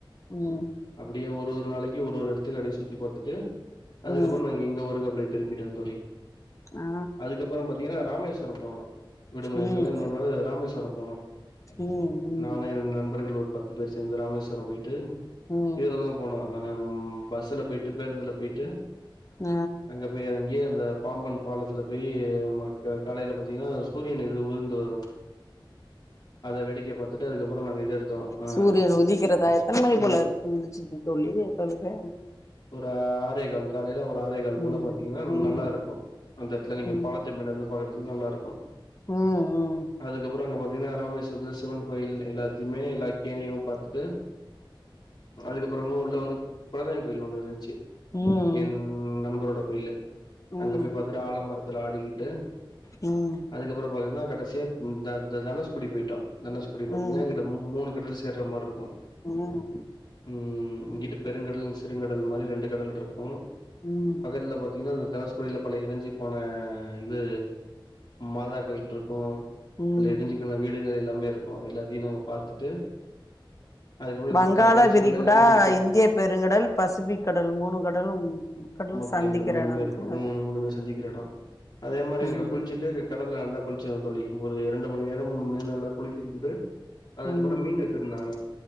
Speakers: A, on the left; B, on the left.
A: ம்
B: அப்டியே ஒரு ஒரு ஒரு நாளைக்கு ஒரு ஒரு எடத்துக்கு அப்டியே சுத்தி பாத்துட்டு அதுக்கப்புறோ
A: ம்
B: நாங்க இங்க ஊருக்கு அப்டே திரும்பிட்டோ தோழி
A: ஆ
B: அதுக்கப்புறோ பார்த்தீங்கன்னா ராமேஸ்வர போனோ விடுமுறைக்கெல்லா
A: ம்
B: இன்னொரு நாளு ராமேஸ்வரம் போனோ
A: ம் ம்
B: நானு எ நண்பர்கள் ஒரு பத்து பேர் சேந்து ராமேஸ்வரம் போயிட்டு
A: ம்
B: இதுலதா போனோ ஆ ம் பஸ்ல போயிட்டு பேருந்துல போயிட்டு
A: ஆ
B: அங்க போய் எறங்கி அத பாம்பன் பாலத்துல போய் காலையிலா பதிங்கன்னா சூரியன் இது உந்து வரு அத வெடிக்க பாத்திட்டு அதுக்கப்புறோ நாங்க இது எடுத்தோ ஆ
A: சூரிய உதிக்கரத எத்தன மணி
B: சூரிய
A: போல உதிச்சது தோழியே தோழரே
B: ஒரு ஆறே கால் காலையில ஒரு ஆறே கால் போல
A: ம்
B: பாத்தீங்கனா
A: ம்
B: நல்லா இருக்கு அந்த எடத்துல நீங்க
A: ம்
B: பாலத்து மேலருந்து பாக்கறதுக்கு நல்லா இருக்கு
A: ம் ம்
B: அதுக்கப்புறோ அங்க பா பாத்திங்கனா ராமேஸ்வரத்தில சிவன் கோயில் எல்லாத்தையுமே எல்லா கேணியு பாத்துட்டு அதுக்கப்புறமே உள்ள வந்து கொழந்தை கோயில் ஒன்னு இருந்துச்சு
A: ம்
B: என் நண்பரோட கோயில் அங்க
A: ம்
B: போய் பாத்துட்டு ஆழ மரத்துல ஆடிக்கிட்டு
A: ம்
B: அதுக்கப்புறோ பாத்தீன்னா கடசியா த தனுஸ்கோடி போயிட்டோ தனுஸ்கோடி பாத்தீன்னா
A: ம்
B: இங்கிட்டு மூணு கடல் சேர மாரி இருக்கு
A: ம்
B: ம் இங்கிட்டு பெருங்கடல் சிறுங்கடல் மாரி ரெண்டு கடல் இருக்கு
A: ம்
B: பக்கத்துல பாத்தீங்கனா தனுஷ்கோடில பழைய இடிஞ்சு போன இது மாதா கோயில் இருக்கு
A: ம்
B: பல எடிஞ்சுக்கண வீடு இன்னு எல்லாமே இருக்கு எல்லாத்தையு நாங்க பாத்துட்டு அதுக்கப்புறோ
A: வங்காள
B: த தனுஷ்கோடில
A: விகுடா
B: எல்லாமே குளிச்சோ
A: இந்திய பெருங்கடல் பசிபிக் கடல் மூணு கடலு கடல் சந்திக்கிற
B: இல்ல எங்கிட்ட மூணுமே
A: எடம்
B: இருக்கு
A: தோழரே
B: ம் மூன்றுமே சந்திக்கிற எடோ அதே மாரி எங்க
A: ம்
B: குளிச்சிட்டு கடல ந நல்லா குளிச்சோ தோழி ஒரு இரண்டு மணி நேரம் மூணு மணி நேரம் நல்லா குளிச்சுக்கிட்டு அதுக்கப்புறோ
A: ம்
B: மீன் எடுதிருந்தாங்க